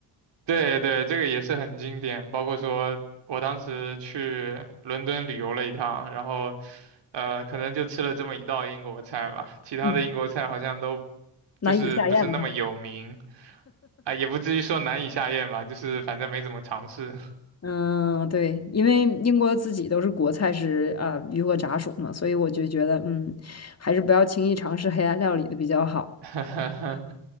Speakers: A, on the right (about 75°); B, on the left (about 35°).
A: 对对，这个也是很经典。包括说我当时去伦敦旅游了一趟，然后呃，可能就吃了这么一道英国菜吧，其他的英国菜好像都
B: 嗯，难以下咽嘛。
A: 就是不是那么有名啊，也不至于说难以下咽吧，就是反正没怎么尝试。
B: 嗯，对，因为英国自己都是国菜是啊、鱼和炸薯嘛，所以我就觉得嗯，还是不要轻易尝试黑暗料理的比较好。
A: <laughs>